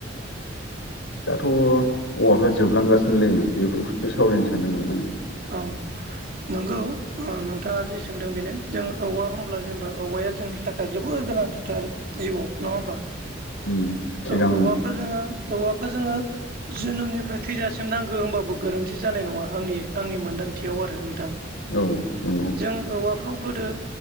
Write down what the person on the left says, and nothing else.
दाथ' औवाफ्रा जोबलांगासिनोलै बेफोरखौसो सावरायनो सानदोंमोन आं
ओम सिगां
औ नंगौ